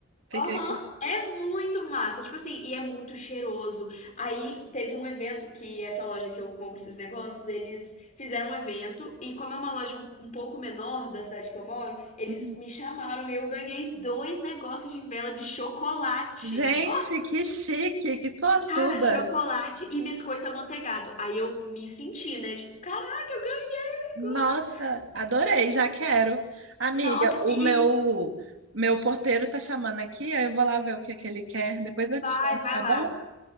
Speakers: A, on the right (about 65°); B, on the left (about 35°).
A: Fiquei
B: Aham,
A: com...
B: é muito massa, tipo assim, e é muito cheiroso. Aí teve um evento que essa loja que eu compro esses negócios, eles fizeram um evento e como é uma loja um, um pouco menor da cidade que eu moro, eles
A: Uhum.
B: me chamaram e eu ganhei dois negócios de vela de chocolate.
A: Gente,
B: Ó,
A: que chique, que sortuda.
B: Cara, chocolate e biscoito amanteigado. Aí eu me senti, né? Tipo, caraca, eu ganhei o negócio.
A: Nossa, adorei, já quero. Amiga,
B: Nossa,
A: o
B: e
A: meu meu porteiro tá chamando aqui, aí eu vou lá ver o que é que ele quer. Depois eu
B: vai,
A: te chamo,
B: vai
A: tá
B: lá.
A: bom?